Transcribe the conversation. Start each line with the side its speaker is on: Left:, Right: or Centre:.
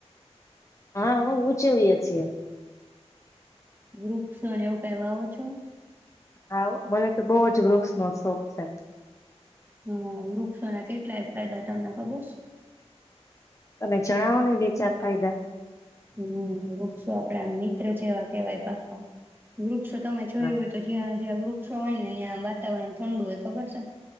Left: હા હું ઉચેવીએ છીએ.
Right: વૃક્ષક્ષોને એવું કાય વાવો છો.
Left: હાઓ મને તો બહ જ વૃક્ષ નો શોખ છે.
Right: હમ્મ વૃક્ષોના કેટલાય ફાયદા તમને ખબર છે.
Left: તમે જણાવો ને બે ચાર ફાયદા.
Right: હમ્મ વૃક્ષો આપડા મિત્ર જેવા કેવાય પ્રથમ. વૃક્ષો તમે જોયું
Left: હા
Right: હોય તો જય જેં વૃક્ષો હોય ને ત્યાં વાતાવરણ ઠંડુ હોય. ખબર છે?